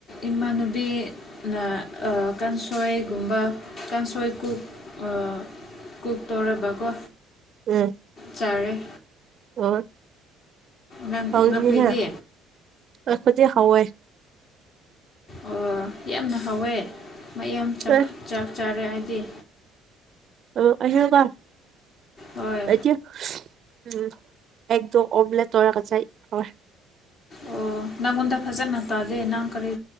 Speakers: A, on the left; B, on the right.
A: ꯏꯃꯥꯟꯅꯕꯤ ꯅ ꯑ ꯀꯥꯡꯁꯣꯏꯒꯨꯝꯕ ꯀꯥꯡꯁꯣꯏ ꯀꯨꯛ ꯑꯥ ꯀꯨꯛ ꯇꯧꯔꯦꯕ ꯀꯣ
B: ꯎꯝ
A: ꯆꯥꯔꯦ
B: ꯑꯣ
A: ꯅꯪ
B: ꯍꯧꯖꯤꯅꯤꯍꯦ
A: ꯅꯈꯣꯏꯗꯤ
B: ꯑꯩ ꯈꯨꯗꯤꯛ ꯍꯧꯋꯦ
A: ꯑꯣ ꯌꯥꯝꯅ ꯍꯥꯎꯋꯦ ꯃꯌꯥꯝ ꯆꯥꯛ
B: ꯑꯦ
A: ꯆꯥꯔꯦ ꯍꯥꯏꯗꯤ
B: ꯑ ꯑꯍꯦꯡꯕ
A: ꯍꯣꯏ
B: ꯂꯩꯇꯦ ꯎꯝ ꯑꯦꯛꯗꯣ ꯑꯣꯕꯂꯦꯛ ꯇꯧꯔꯒ ꯆꯥꯏ ꯍꯥꯎꯋꯦ
A: ꯑꯣ ꯅꯪꯉꯣꯟꯗ ꯐꯖꯅ ꯇꯥꯗꯦ ꯅꯪ ꯀꯔꯤ